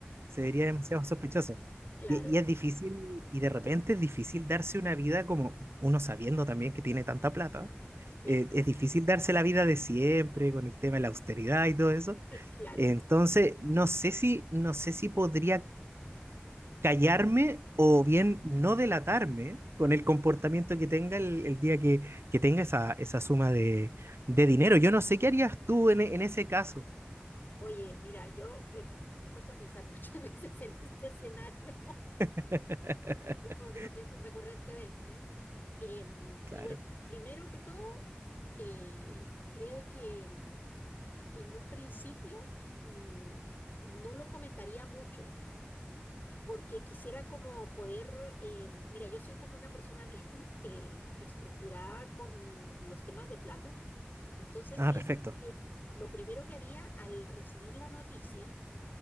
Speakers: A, on the right; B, on the left.
A: Se vería demasiado sospechoso.
B: claro,
A: Y, y es difícil, y de repente es difícil darse una vida como uno sabiendo también que tiene tanta plata,
B: sí,
A: eh, es difícil darse la vida de siempre con el tema de la austeridad y todo eso.
B: <laughs> claro.
A: Entonces, no sé si, no sé si podría callarme o bien no delatarme con el comportamiento que tenga el, el día que, que tenga esa, esa suma de, de dinero. Yo no sé qué harías tú en, e- en ese caso.
B: Oye, mira, yo eh, me he puesto a pensar muchas <laughs> veces en este escenario,
A: <laughs>
B: <laughs> es como que lo pienso recurrentemente. Em,
A: Claro.
B: y bueno, primero que todo, eh, creo que em, en un principio mm, no lo comentaría mucho, porque quisiera como poder, em, mira, yo soy como una persona <laughs> bien eh, estructurada con los temas de plata, entonces
A: Ah,
B: pienso
A: perfecto.
B: que lo primero que haría al recibir la noticia,